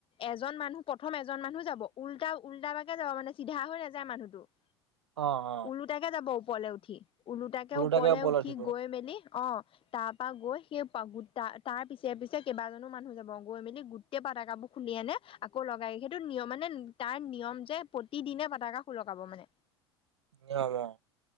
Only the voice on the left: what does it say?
এজন মানুহ প্ৰথম এজন মানুহ যাব উল্টা-উল্টা পাকে যাব মানে চিধা হৈ নাযায় মানুহটো। <inaudible>
উলোটাকে যাব ওপৰলৈ উঠি, উলোটাকে
ওপৰলৈ উঠি
গৈ মেলি অঁ', - তাৰ পৰা গৈ সেই তাৰ পিছে-পিছে কেইবাজনো মানুহ যাব গৈ মেলি গোটেই পতাকাবোৰ খুলি আনে- আকৌ লগাই, সেইটো নিয়ম মানে তাৰ নিয়ম যে প্ৰতিদিনে পটকা সুলকাব মানে।